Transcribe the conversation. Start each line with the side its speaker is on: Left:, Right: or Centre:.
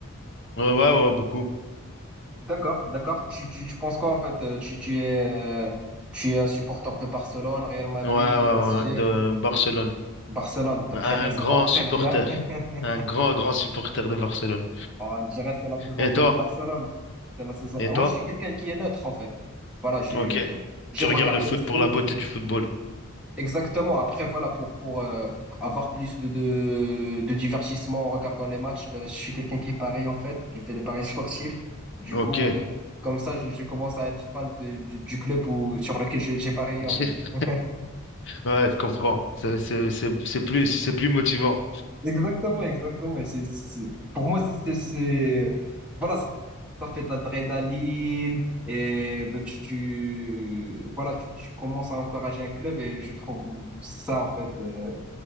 Left: Ouais, ouais, ouais, beaucoup.
Centre: d'accord, d'accord. Tu, tu, tu penses quoi en fait? euh, Tu, tu es, euh, tu es un supporter de Barcelone, Real Madrid,
Left: Ouais, ouais, ouais,
Centre: PSG,
Left: ouais. de Barcelone.
Centre: Barcelone. T'as
Left: Un
Centre: très bien, ça
Left: grand
Centre: part
Left: supporter.
Centre: très bien. <laughs>
Left: Un grand, grand supporter de Barcelone.
Centre: On dirait que c'est la saison
Left: Et
Centre: de,
Left: toi?
Centre: de Barcelone. C'est la saison.
Left: Et
Centre: Ah,
Left: toi?
Centre: Moi, je suis quelqu'un qui est neutre en fait. Voilà, je
Left: Ok.
Centre: j'aime
Left: Tu regardes
Centre: regarder
Left: le foot
Centre: le
Left: pour
Centre: foot.
Left: la beauté du football.
Centre: Exactement. Après, voilà, pour, pour euh, avoir plus de, de, de divertissement en regardant les matchs, ben, je suis quelqu'un qui parie en fait. Je fais les paris <laughs> sportifs. Du
Left: Ok.
Centre: coup, euh, comme ça, je, je commence à être fan de- du, du club où, sur lequel j'ai j'ai parié
Left: <laughs>
Centre: en fait. <laughs>
Left: Ouais, je comprends. C'est c'est- c'est- c'est plus, c'est plus motivant.
Centre: Exactement, exactement. Et c'est, c'est- pour moi, c'est, c'est, c'est- voilà, ça, ça fait de l'adrénaline et ben, tu, tu, voilà, tu, tu commences à encourager un club et je trouve ça en fait euh,